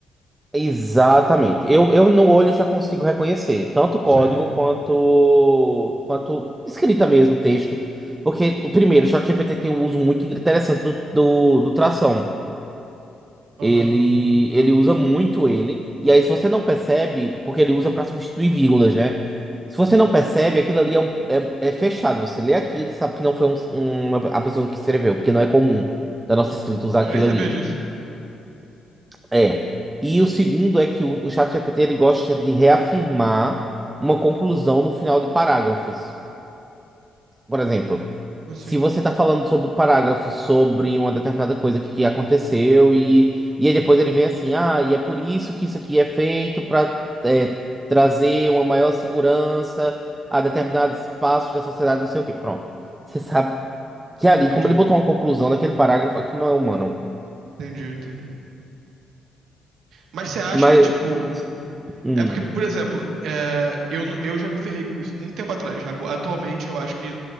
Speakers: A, on the right (about 20°); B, on the right (about 75°).
A: Exatamente. Eu, eu no olho já consigo reconhecer tanto código
B: Sei.
A: quanto quanto escrita mesmo, texto. Porque, o primeiro, o ChatGPT tem um uso muito interessante do, do, do tração.
B: Aham.
A: Ele, ele usa muito ele. E aí, se você não percebe, porque ele usa para substituir vírgulas, né? Se você não percebe, aquilo ali é, um- é, é fechado. Você lê aquilo, sabe que não foi um, uma, a pessoa que escreveu, porque não é comum da nossa escrita usar
B: Eu
A: aquilo
B: nem sabia
A: ali.
B: disso.
A: É. E o segundo é que o, o ChatGPT ele gosta de reafirmar uma conclusão no final de parágrafos. Por exemplo,
B: Como assim?
A: se você está falando sobre um parágrafo sobre uma determinada coisa que, que aconteceu e, e aí depois ele vem assim, ah, e é por isso que isso aqui é feito para trazer uma maior segurança a determinados espaços da sociedade, não sei o quê. Pronto. Você sabe que ali,
B: Entendi,
A: como ele botou uma conclusão naquele parágrafo, aqui não é humano.
B: entendi, entendi. Mas você acha
A: Mas.
B: que, tipo.
A: hum,
B: É porque, por exemplo, é, eu, n- eu já me ferrei com isso muito tempo atrás. Ago- Atualmente eu acho que